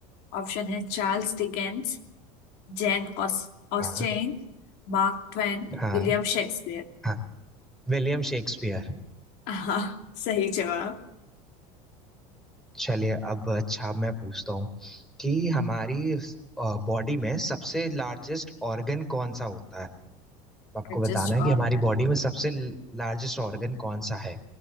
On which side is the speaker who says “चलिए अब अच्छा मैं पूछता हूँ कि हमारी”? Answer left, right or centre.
Centre